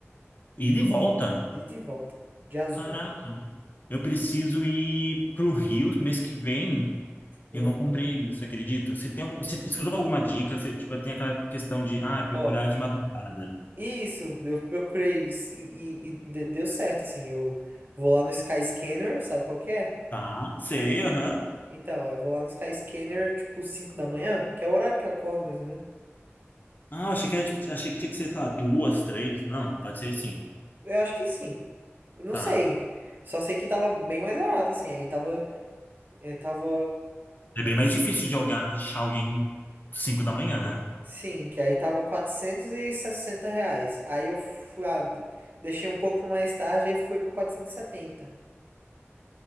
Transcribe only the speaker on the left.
ir de volta.
Caraca. Eu preciso ir pro Rio mês que vem.
e Eu não comprei ainda, você acredita? Você tem, um- você, você usou alguma dica? Você, tipo, tem aquela questão de, ah, é procurar
de madrugada.
Tá, sei, aham.
Ah, eu achei
que era, tipo, achei que tinha que ser, sei lá, duas, três. Não, pode
ser sim.
Tá.
É bem mais difícil de alga- achar alguém cinco da manhã, né?